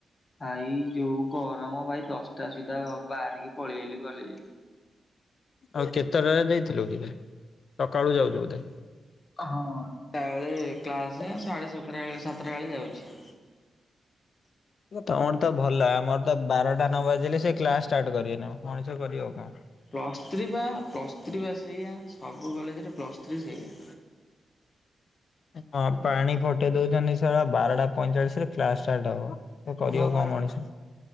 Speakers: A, on the left; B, on the left.
A: ଭାଇ ଯୋଉ ଗରମ ଭାଇ ଦଶ ଟା, ସୁଧା ବାହାରିକି ପଳି ଆଇଲି କଲେଜ୍ ରୁ।
B: ଆଉ କେତେଟାରେ ଦେଇଥିଲୁ କିବେ? ସକାଳୁ ଯାଉଛୁ ବୋଧେ?
A: ହଁ, ଟାଏଳେ କ୍ଲାସ ସାଢେ ସାତଟା ବେ ସାତ ଟା ବେଳେ ଯାଉଛି।
B: ତମର ତ ଭଲ ଆମର ତ ବାରଟା ନ ବାଜିଲେ ସେ କ୍ଲାସ ଷ୍ଟାର୍ଟ କରିବେନି ମଣିଷ କରିବ କଣ।
A: ପ୍ଲସ୍ ଥ୍ରୀ ବା ପ୍ଲସ୍ ଥ୍ରୀ ବା ସେଇୟା ସବୁ କଲେଜରେ ପ୍ଲସ୍ ଥ୍ରୀ ସେଇଆ।
B: ହଁ ପାଣି ଫଟେଇ ଦଉଛନ୍ତି ଶଳା ବାରଟା ପଇଁଚାଳିଶିରେ । କ୍ଲାସ ଷ୍ଟାର୍ଟ ହବ ।କରିବ
A: ହଁ ବା
B: କଣ, ମଣିଷ?